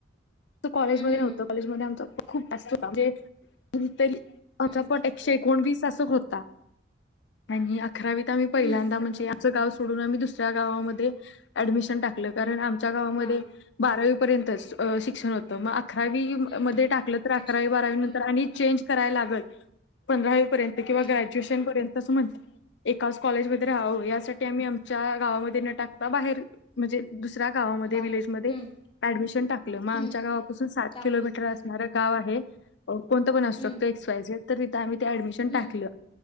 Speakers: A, on the left; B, on the left.
A: कॉलेजमध्येध्ये
B: हम्म हम्म
A: नव्हत कॉलेज म आमचा खूप जास्त हो म्हणजे अचापट
B: हम्म
A: एकशे एकोणवीस अस होता आणि अकरावीत आम्ही पहिल्यांदा
B: हम्म
A: म्हणजे आचं गाव सोडून आम्ही दुसऱ्या गावामध्ये ऍडमिशन टाकलं कारण. च्या गावामध्ये
B: हम्म हा
A: बारावीपर्यंत शिक्षण होत गं. अकरावी
B: हम्म
A: मध्ये टाकलं तर अकरावी
B: शिक्षण
A: बारावी नंतर
B: हम्म
A: आणि चेंज करायला लागल. पंधरावी पर्यंत किंवा
B: हम्म
A: ग्रॅज्युएशन पर्यंत अस म्हणत. एकाच कॉलेजमध्येध्ये राहावं यासाठी आम्ही आमच्या गावामध्ये न टाकता बाहेर. म्हणजे दुसऱ्या गावामध्ये
B: बाहेर
A: विलेजमध्येध्ये
B: हम्म
A: ऍडमिशन टाक मग
B: हम्म
A: आमच्या गावापासून सात
B: टाकले
A: किलोमीटर
B: हम्म
A: असणारं गाव आहे कोणत पण असू
B: हम्म
A: शकतो एज तर तथं आम्ही ते डमिशन
B: हम्म
A: टाकलं